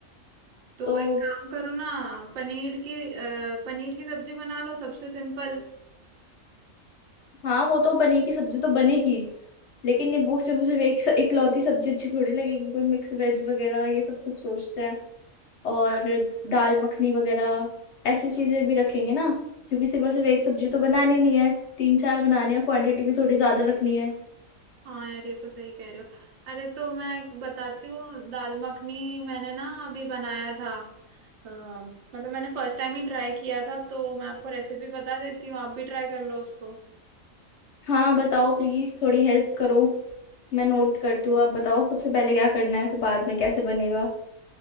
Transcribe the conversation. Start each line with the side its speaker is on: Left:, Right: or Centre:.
Right: तो
Left: तो
Right: एक काम करो ना पनीर की अ, पनीर की सब्जी बना लो सबसे सिंपल
Left: हाँ वो तो पनीर की सब्जी तो बनेगी लेकिन ये वो सिर्फ वो सिर्फ एक इकलौती सब्जी अच्छी थोड़ी लगेगी कोई मिक्स वेज वगैरह ये सब कुछ सोचते हैं और दाल मखनी वगैरह ऐसी चीजें भी रखेंगे ना क्योंकि सिर्फ और सिर्फ एक सब्जी तो बनानी नहीं है तीन चार बनानी है क्वांटिटी भी थोड़ी ज्यादा रखनी है
Right: हाँ यार ये तो सही कह रहे हो अरे तो मैं एक बताती हूँ दाल मखनी मैंने ना अभी बनाया था अ, मतलब मैंने फर्स्ट टाइम ही ट्राई किया था तो मैं आपको रेसिपी बता देती हूँ आप भी ट्राई कर लो उसको
Left: हाँ बताओ प्लीज थोड़ी हेल्प करो मैं नोट
Right: बिल्कुल
Left: करती हूँ आप बताओ सबसे पहले क्या करना है फिर बाद में कैसे बनेगा